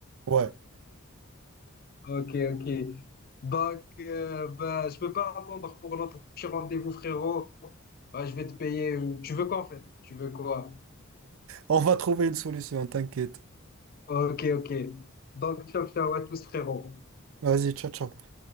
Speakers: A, on the right; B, on the left.
A: Ouais.
B: Ok, ok. Donc, euh, bah, je peux pas attendre pour notre petit rendez-vous, frérot. Ouais, je vais te payer. euh, Tu veux quoi, en fait? Tu veux quoi?
A: On va trouver une solution, t'inquiète.
B: Ok, ok. Donc, ciao, ciao à tous, frérot.
A: Vas-y, ciao, ciao.